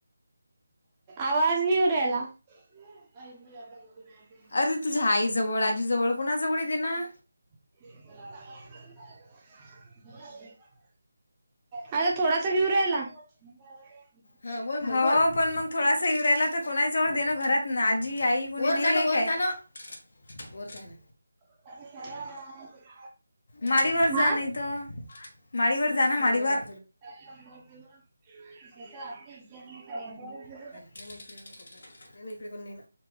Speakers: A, on the right; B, on the left.
A: आवांज कमी येऊन राहिला अ <unintelligible> इंद जे गं
B: अरे तुझ्यां आई जवळं आजी जवळं कुणांजवळं देनां
A: अ य <unintelligible> आंता थोडांसा येऊन राहिला येऊन राहिला कायं
B: हं बोल हांव पणं मंग थोडांसा येऊन राहियला तरं कोणां जवळं देणं घरांत नां आजी आई <inaudible> वर जाय ना.
A: <unintelligible>
B: माडीवर जा
A: हा
B: नाही तर. माडीवर जा ना. माडीवर.
A: <unintelligible> जिथं आपली इ <unintelligible> नाही <unintelligible>
B: <unintelligible> नाही ना इकडेपण नाही ना.